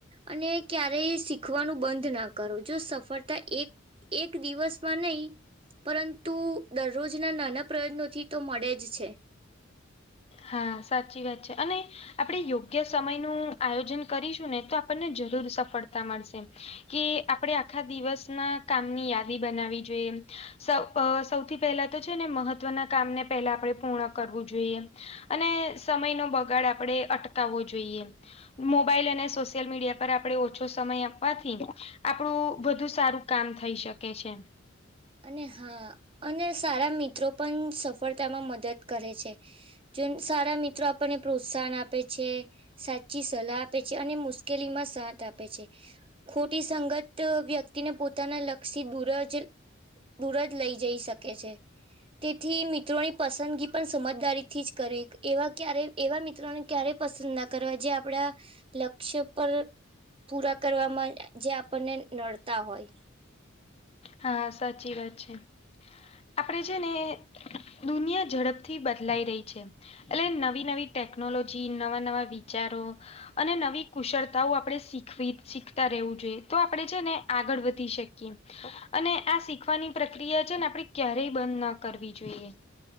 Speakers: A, on the right (about 25°); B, on the left (about 30°).
A: અને ક્યારેય શીખવાનું બંધ ના કરો જો. ફરતા એક એક દિવસમાં નહી પરંતુ દરરોજના નાના પ્રયત્નોથી તો મળે જ છે.
B: હા સાચી વાત છે અને આપણે યોગ્ય સમય નું આયોજન કરીશું ને તો આપણને જરૂર સફળતા મળશે કે આપણેે આખા દિવસમાં કામની યાદી બનાવી જોઈએ. સ સૌથી પહેલા તો છે ને મહત્વના કામ ને પહેલા આપે પૂર્ણ કરવું જોઈએ. અને સમય નો બગાડ આપણેે અટકાવવો જોઈએ. મોબાઈલ અને સોશિયલ મીડિયા પર આપણે ઓછો સમય આપવાથી ને આપણું વધુ સારું કામ થઈ શકે છે.
A: અને હા અને સારા મિત્રો પણ સફળતામાં મદદ કરે છે. જો સારા મિત્રો આપણને પ્રોત્સાહન આપે છે સાચી સલાહ આપે છે અને મુ કેલી માં સાથ આપે છે. ખોટી સંગત વ્યક્તિને પોતાના લક્ષી દૂર જ દૂર જ લઈ જઈ શકે છે. તેથી મિત્રોની પસંદગી પણ સમજદારી થી જ કરે એવા ક્યારે એવા મિત્રોને ક્યારેય પસંદ ના કરવા જે આપડા લક્ષ્ય પર પૂરા કરવામાં જે આપણને નડતાં હોય.
B: હા, સાચી વાત છે. આપણેે છે ને દુનિયા ઝડપથી બદલાઈ રહી છે. એટલે નવી-નવી ટેકનોલોજી નવાં-નવાં વિચારો અને નવી કુશળતાઓ આપણે શીખવી શીખતાં રહેવું જોઈએ તો આપણે છે ને આગળ વધી શકીએ.
A: હ
B: અને આ શીખવાની પ્રક્રિયા છે ને આપણે ક્યારેય બંધ ન કરવી જોઈએ.